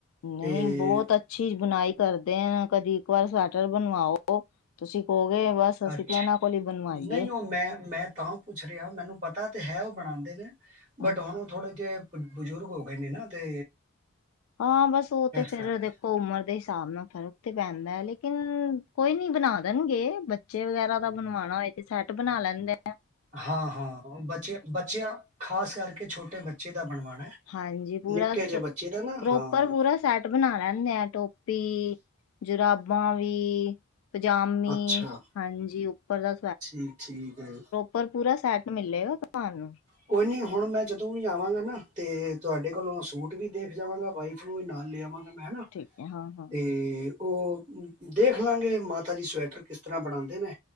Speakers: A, on the left (about 70°); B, on the right (about 25°).
A: ਨਹੀਂ
B: ਤੇ
A: ਬਹੁਤ ਅੱ ਅੱਛੀ ਬੁਣਾਈ ਕਰਦੇ ਹਨ ਕਦੀ ਇੱਕ ਵਾਰ ਸਵੈਟਰ ਬਣਵਾਓ ਤੁਸੀਂ ਕਹੋਗੇ ਬਸ ਅਸੀਂ
B: ਅੱਛਾ
A: ਤੇ ਇਹਨਾਂ ਕੋਲ ਹੀ ਬਣਵਾਈਏ
B: ਨਹੀਂ ਉਹ ਮੈਂ ਮੈਂ ਤਾਂ ਪੁੱਛ ਰਿਹਾ ਮੈਨੂੰ ਪਤਾ ਤੇ ਹੈ ਉਹ ਬਣਾਉਂਦੇ ਨੇ ਬਟ
A: ਅੱਛਾ
B: ਹੁਣ ਥੋੜੇ ਜਿਹੇ ਬਜ਼ੁਰਗ ਹੋ ਗਏ ਨੇ ਨਾ ਤੇ
A: ਹਾਂ ਬਸ ਉਹ ਤੇ
B: ਇਸ
A: ਫੇਰ
B: ਕਰਕੇ
A: ਦੇਖੋ ਉਮਰ ਦੇ ਹਿਸਾਬ ਨਾਲ ਫਰਕ ਤੇ ਪੈਂਦਾ ਹੈ ਲੇਕਿਨ ਕੋਈ ਨੀ ਬਣਾ ਦੇਣਗੇ ਬੱਚੇ ਵਗੈਰਾ ਦਾ ਬਣਵਾਉਣਾਏ ਸੈੱਟ ਬਣਾ ਲੈਂਦੇ ਆ
B: ਹਾਂ ਹਾਂ ਬੱਚੇ ਬੱਚਿਆਂ ਖਾਸ ਕਰਕੇ ਛੋਟੇ ਬੱਚੇ ਦਾ ਬਣਵਾਉਣਾ
A: ਹਾਂਜੀ ਪੂਰਾ
B: ਨਿੱਕੇ ਜਿਹੇ ਬੱਚੇ ਦਾ ਨਾ
A: ਪ੍ਰੋਪਰ
B: ਹਾਂ
A: ਪੂਰਾ ਸੈਟ ਬਣਾ ਲੈਂਦੇ ਆ ਟੋਪੀ ਜੁਰਾਬਾਂ ਵੀ ਪਜਾਮੀ
B: ਅੱਛਾ
A: ਹਾਂਜੀ ਉੱਪਰ ਦਾ
B: ਠੀਕ ਠੀਕ ਹੈ ਜ
A: ਪਰ ਪੂਰਾ ਸੈੱਟ ਮਿਲੇਗਾ ਤੁਹਾਨੂੰ
B: ਕੋਈ ਨਹੀਂ ਹੁਣ ਮੈਂ ਜਦੋਂ ਵੀ ਆਵਾਂਗਾ ਨਾ ਤੇ ਤੁਹਾਡੇ ਕੋਲੋਂ ਸੂਟ ਵੀ ਦੇਖ ਜਾਵਾਂਗਾ ਵਾਈਫ ਨੂੰ ਵੀ ਨਾਲ ਲੈ ਆਵਾਂਗਾ ਮੈ ਨਾ
A: ਠੀਕ ਹੈ ਹਾਂ ਹਾਂ
B: ਇਹ ਉਹ ਦੇਖ ਲਾਂਗੇ ਮਾਤਾ ਜੀ ਸਵੈਟਰ ਕਿਸ ਤਰ੍ਹਾਂ ਬਣਾਉਂਦੇ ਨੇ